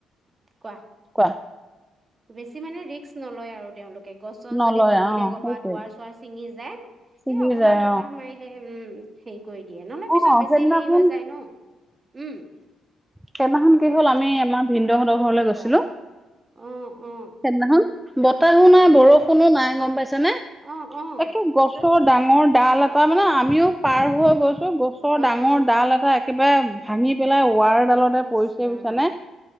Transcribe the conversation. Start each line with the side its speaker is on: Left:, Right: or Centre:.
Right: কোৱা?
Centre: অ
Right: বেছি মানে ৰিস্ক নলয় আৰু তেওঁলোক গছ গছ
Centre: নলয়
Right: যদি ভাঙিলে
Centre: অ
Right: কৰ'ৰবাত
Centre: সেইটোৱে
Right: ৱাৰ চুৱাৰ ছিঙি যায়
Centre: ছিগি
Right: এ অকমান
Centre: যায়
Right: বতাহ মাৰিলে, উম। হেৰি কৰি দিয়ে। নহলে
Centre: অ অ
Right: পিছত বেছি
Centre: সেইদিনাখন
Right: হেৰি হৈ যায় ন! উম।
Centre: সেইদিনাখন
Right: সেইটোৱে।
Centre: কি হ'ল আমি আমাৰ ভিনদেউহঁতৰ
Right: অ'
Centre: ঘৰলৈ গৈছিলো
Right: কোৱা, অ-অ!
Centre: সেইদিনাখন বতাহো নাই, বৰষুণো নাই। গম পাইছে নে?
Right: অ অ
Centre: একে গছৰ
Right: তাৰপিছত
Centre: ডাঙৰ ডাল এটা মানে, আমিও পাৰ
Right: উম
Centre: হৈ গৈছো। গছৰ
Right: অ
Centre: ডাঙৰ
Right: অ
Centre: ডাল এটা, একেবাৰে ভাঙি পেলাই ওৱাৰ দালতে
Right: ইচ
Centre: পৰিছে।
Right: ৰাম
Centre: বুইছানে?